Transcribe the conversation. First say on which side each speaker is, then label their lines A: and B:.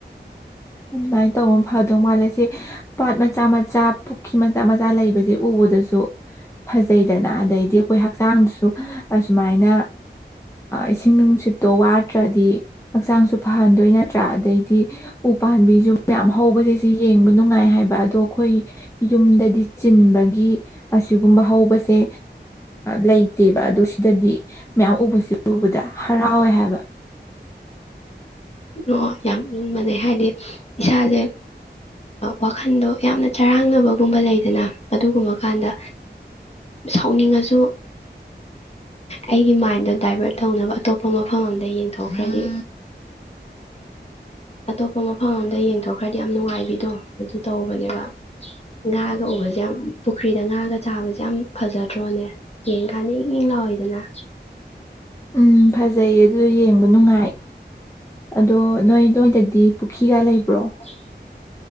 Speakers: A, on the left (about 15°); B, on the left (about 35°).
A: ꯑꯗꯨꯃꯥꯏꯅ ꯇꯧꯕ ꯑꯃ ꯐꯗꯧ ꯃꯥꯜꯂꯦ ꯁꯤꯦ ꯄꯥꯠ ꯃꯆꯥ ꯃꯆꯥ ꯄꯨꯈ꯭ꯈꯤ ꯃꯆꯥ ꯃꯆꯥ ꯂꯩꯕꯁꯦ ꯎꯕꯗꯁꯨ ꯐꯖꯩꯗꯅ ꯑꯗꯩꯗꯤ ꯑꯩꯈꯣꯏ ꯍꯛꯆꯥꯡꯗꯁꯨ ꯑꯁꯨꯃꯥꯏꯅ ꯏꯁꯤꯡ ꯅꯨꯡꯁꯤꯠꯇꯣ ꯋꯥꯗ꯭ꯔꯗꯤ ꯍꯛꯆꯥꯡꯁꯨ ꯐꯍꯟꯗꯣꯏ ꯅꯠꯇ꯭ꯔꯥ ꯑꯗꯩꯗꯤ ꯎ ꯄꯥꯝꯕꯤꯁꯨ ꯃꯌꯥꯝ ꯍꯧꯕꯁꯦ ꯁꯤ ꯌꯦꯡꯕ ꯅꯨꯡꯉꯥꯏ ꯍꯥꯏꯕ ꯑꯗꯣ ꯑꯩꯈꯣꯏ ꯌꯨꯝꯗꯗꯤ ꯆꯤꯟꯕꯒꯤ ꯑꯁꯤꯒꯨꯝꯕ ꯍꯧꯕꯁꯦ ꯂꯩꯇꯦꯕ ꯑꯗꯣ ꯁꯤꯗꯗꯤ ꯃꯌꯥꯝ ꯎꯕꯁꯨ ꯎꯕꯗ ꯍꯔꯥꯎꯋꯦ ꯍꯥꯏꯕ
B: ꯑꯣ ꯌꯥꯝ ꯏꯪꯕꯅꯦꯩ ꯍꯥꯏꯕꯗꯤ ꯏꯁꯥꯁꯦ ꯋꯥꯈꯜꯗꯣ ꯌꯥꯝꯅ ꯆꯔꯥꯡꯅꯕꯒꯨꯝꯕ ꯂꯩꯗꯅ ꯑꯗꯨꯒꯨꯝꯕ ꯀꯥꯟꯗ ꯁꯥꯎꯅꯤꯡꯉꯁꯨ ꯑꯩꯒꯤ ꯃꯥꯏꯟꯗꯣ ꯗꯥꯏꯚꯔꯠ ꯇꯧꯅꯕ ꯑꯇꯣꯞꯄ ꯃꯐꯝ ꯑꯝꯗ ꯌꯦꯡꯊꯣꯛꯈ꯭ꯔꯅꯤ ꯑꯇꯣꯞꯄ ꯃꯐꯝ ꯑꯗ ꯌꯦꯡꯊꯣꯛꯈ꯭ꯔꯗꯤ ꯌꯥꯝ ꯅꯨꯡꯉꯥꯏꯕꯤꯗꯣ ꯑꯗꯨ ꯇꯧꯕꯅꯦꯕ ꯉꯥꯒ ꯎꯕꯁꯦ ꯌꯥꯝ ꯄꯨꯈ꯭ꯔꯤꯗ ꯉꯥꯒ ꯆꯥꯕꯁꯦ ꯌꯥꯝ ꯐꯖꯗ꯭ꯔꯣꯅꯦ ꯌꯦꯡ ꯀꯥꯟꯗ ꯏꯪ ꯏꯪ ꯂꯥꯎꯋꯤꯗꯅ
A: ꯎꯝ ꯐꯖꯩꯌꯦ ꯑꯗꯨ ꯌꯦꯡꯉ ꯅꯨꯡꯉ ꯑ ꯅ ꯁꯣꯏꯗꯗꯤ ꯄꯨꯈ꯭ꯔꯤꯒ ꯂꯩꯕ꯭ꯔꯣ
B: ꯎ